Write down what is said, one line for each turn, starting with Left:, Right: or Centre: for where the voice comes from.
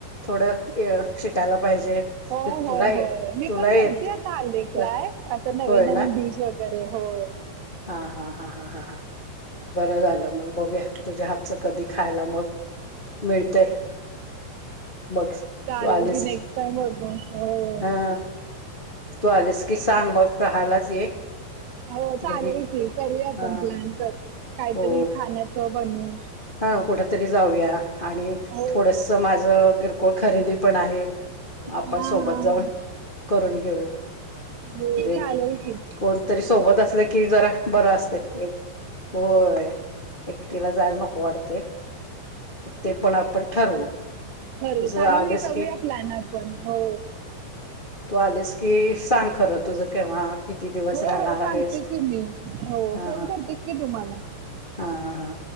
Left: थोडं शिकायला पाहिजे.
Right: होय
Left: तुला
Right: होय
Left: ये
Right: होय मी
Left: तुला
Right: पण
Left: येत
Right: करते आता हल्ली ट्राय
Left: तर
Right: आता नवीन
Left: होय
Right: नवीन
Left: ना
Right: डिश व वगैरे होय.
Left: हा हा हा ह ह बरं झालं मग बघुया तुझ्या हातचं कधी खायला मग मिळतंय मग तू
Right: चालेल
Left: आलीस
Right: नेक्स्ट
Left: की
Right: टाइम बघू हो
Left: हा तू आलीस की सांग मग राहायलाच ये.
Right: हो चालेल
Left: घरी
Right: की करूया आपण
Left: हा
Right: प्लॅन तर काहीतरी
Left: हो
Right: खाण्याच बनवू.
Left: हा कुठ तरी जाऊया आणि
Right: हो
Left: थोडसं माझे किरकोळ खरेदी पण आहे. आपण
Right: हा
Left: सोबत
Right: हा
Left: जाऊन
Right: हा
Left: करून घेऊ.
Right: हो
Left: म्हणजे
Right: चालेल. की
Left: कोणतरी सोबत असले कि जरा बरं असतय.. होय एकटीला जायला नको वाटते ते पण आपण ठरवू
Right: ठरू
Left: तुझं
Right: चालेल
Left: आलेस
Right: मी करूया
Left: की
Right: प्लन आपण, हो.
Left: तू आलीस की सांग खरं तुझ केव्हा किती दिवस
Right: हो
Left: राहणार
Right: हो सांगते
Left: आहेस
Right: की मी हो
Left: हा
Right: फोन करते की तुम्हाला
Left: हा हा